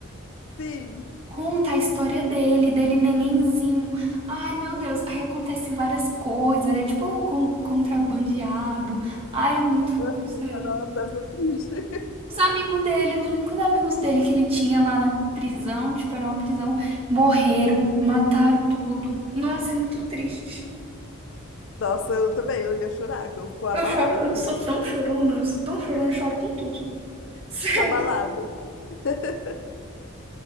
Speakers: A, on the left; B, on the right.
A: Sim.
B: Conta a história dele, dele nenenzinho. Ai, meu Deus, aí acontece várias coisas, é tipo con- contrabandeado. Ai, é muito fofo,
A: Nossa,
B: sério.
A: deve ser triste.
B: Os amigos dele, os únicos amigos dele que ele tinha lá na prisão, tipo, era uma prisão, morreram, mataram tudo. Nossa, é muito triste.
A: Nossa, eu também, eu ia chorar, que eu fico abalada,
B: Eu choro, eu
A: que o filme
B: sou
A: é
B: tão chorona, eu sou tão chorona, eu choro com tudo. <laughs> Sério.
A: abalada. <laughs>